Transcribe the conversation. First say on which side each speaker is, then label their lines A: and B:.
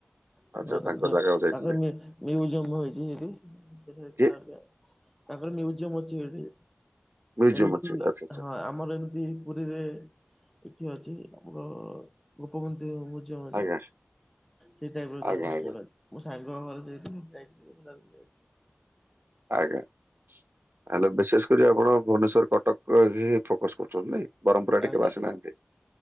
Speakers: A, in the centre; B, on the right.
A: ତାଙ୍କର
B: ଆଚ୍ଛା ତାଙ୍କ
A: ତାଙ୍କର
B: ଜାଗାକୁ
A: ତାଙ୍କର
B: ଯାଇଥିଲେ
A: ମି ମ୍ୟୁଜିୟମ ହେଇଚି ସେଠି <unintelligible>
B: କି
A: ତାଙ୍କର ମ୍ୟୁଜିୟମ ଅଛି ସେଠି।
B: ମ୍ୟୁଜିୟମ
A: ଏମିତିକି
B: ଅଛି
A: ରି
B: ଆଚ୍ଛା
A: ହଁ ଆ ଆମର ଏମିତି ପୁରୀରେ ଏଠି ଅଛି ଆମର ଗୋପବନ୍ଧୁ <unintelligible> ଯେ
B: ଆଚ୍ଛା
A: ସେଇ ଟାଇପ ର ତାଙ୍କ
B: ଆଜ୍ଞା
A: <unintelligible>
B: ଆଜ୍ଞା ଆଜ୍ଞା
A: ମୋ ସାଙ୍ଗ ଘର ସେଇଠି ମୁଁ ଯାଇଥିଲି <unintelligible>
B: ଆଜ୍ଞା <unintelligible> ବିଶେଷ କରି ଆପଣ ଭୁବନେଶ୍ଵର କଟକ ବି ଫୋକସ କରୁଛନ୍ତି ନାଇଁ। ବରମପୁର ଆଡ଼େ
A: ଆଜ୍ଞା
B: କେବେ ଆସିନାହାନ୍ତି